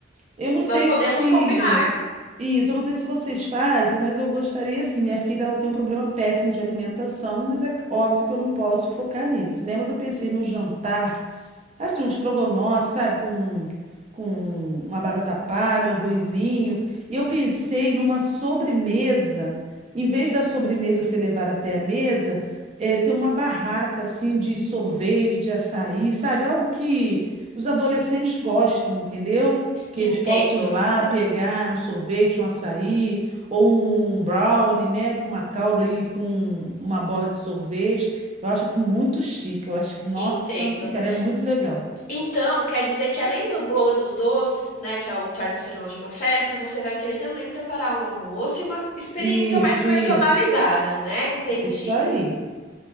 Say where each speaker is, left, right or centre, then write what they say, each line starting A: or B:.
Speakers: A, on the right (about 35°); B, on the left (about 40°).
A: Eu não sei
B: Nós podemos
A: se
B: combinar.
A: isso, eu não sei se vocês fazem, mas eu gostaria assim, minha filha ela tem um problema péssimo de alimentação, mas é óbvio que eu não posso focar nisso, né? Mas eu pensei num jantar Assim, um estrogonofe, sabe? Com, com uma batata palha, um arrozinho. E eu pensei numa sobremesa. Em vez da sobremesa ser levar até a mesa, eh, ter uma barraca, assim, de sorvete, de açaí, sabe? Algo que os adolescentes gostam, entendeu? Que
B: Entendo,
A: eles possam ir lá pegar um sorvete, um açaí, ou um brownie, né? Com uma calda e com uma bola de sorvete. Eu acho assim muito chique. Eu acho que, nossa,
B: entendo.
A: ficaria muito legal.
B: Então, quer dizer que além do bolo e dos doces, né, que é o tradicional de uma festa, você vai querer também preparar um almoço e uma experiência
A: Isso,
B: mais personalizada,
A: isso.
B: né? Entendi.
A: Isso aí.